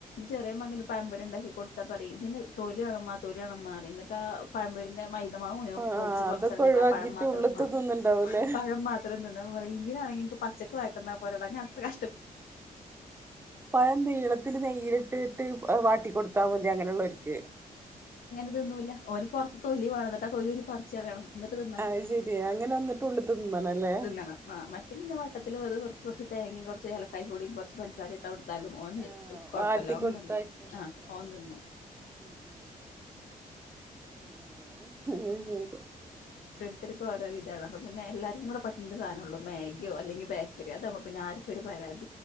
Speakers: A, on the left; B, on the right.
A: ചെറിയ മകന് പഴമ്പൊരി ഉണ്ടാക്കി കൊടുത്താ പറയും ഇതിന് തൊലിയാണമ്മ തൊലിയാണമ്മ റന്ന് -- ത പഴമ്പൂരിന്റെ മൈദ മാവ് മയം
B: ആ
A: വലിച്ച് പറിച്ചെറിഞ്ഞിട്ട്
B: അതൊക്കെ ഒഴിവാക്കിട്ട്
A: പഴം മാത്രം
B: ഉള്ള്ത്തെ
A: ആ
B: തിന്ന്ണ്ടാവൂലേ
A: പഴം മാത് <unintelligible> പറേം ഇങ്ങനാണെങ്കി പച്ചക്ക് <unintelligible> പോരെടാ ഞാത്ര ക
B: പഴം നീളത്തിൽ നെയ്യിൽ ഇട്ട് ഇട്ട് വ വാട്ടി കൊടുത്താ മതി അങ്ങനെയുള്ളരുക്ക്
A: അതൊന്നൂല്ല ഓന് പുറത്ത് തൊലി വേണം എന്നിട്ട് ആ തൊലി ന്ന് പറിച്ച് കളേണം. എന്നിട്ട് തിന്നണം
B: അത് ശെരി അങ്ങനെ വന്നിട്ട് ഉള്ള്ത്തെ തിന്നണല്ലേ
A: തിന്നണം ആ മറ്റേ ഇല്ല വട്ടത്തില് വെറു നുറു കുറച്ച് തേങ്ങയും കുറച്ച് ഏലക്കായി പൊടിയും കുറച്ച് പഞ്ചസാരയും ഇട്ടാ കൊടുത്താലും ഓന്
B: ആഹ്
A: കൊഴപ്പല്ല
B: വാട്ടി
A: ഓൻ
B: കൊടുത്താ
A: അങ്ങനന്നും
B: ഇഷ്ടണ്ടാവൂലേ
A: ആ ഓൻ തിന്നു.
B: <inaudible>
A: ഓരോരുത്തരുക്കും ഓരോ വിധാണ് അപ്പ പിന്നെ എല്ലാവർക്കു
B: ശെരി
A: ടെ പറ്റണ്ട സധനേള്ളൂ. മാഗിയോ അല്ലെങ്കിൽ ബേക്കറി യോ അതാവുമ്പോ പിന്നെ ആർക്കും ഒരു പരാതി